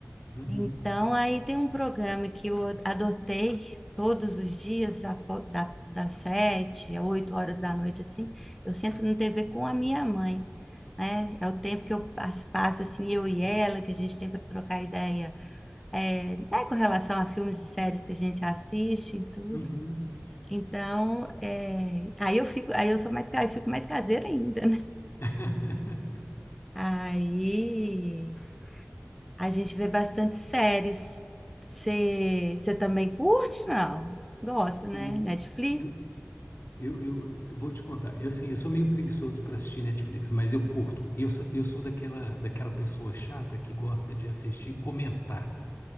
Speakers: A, on the left (about 60°); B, in the centre.
A: Uhum,
B: Então, aí tem um programa que eu adotei todos os dias, apo- da, das sete a oito horas da noite, assim. Eu sento na TV com a minha mãe, né? É o tempo que eu passo, passo assim, eu e ela, que a gente tem para trocar ideia, é, né, com relação a filmes e séries que a gente assiste e tudo.
A: uhum.
B: Então, é, aí eu fico, aí eu sou mais, ca- eu fico mais caseira ainda.
A: <laughs>
B: Aí a gente vê bastante séries. Você você também curte, não? Gosta, né?
A: Menina,
B: Netflix?
A: Eu, eu, eu, eu vou te contar. Eu, assim, eu sou meio preguiçoso para assistir Netflix, mas eu curto. E Eu sou, eu sou daquela, daquela pessoa chata que gosta de assistir e comentar.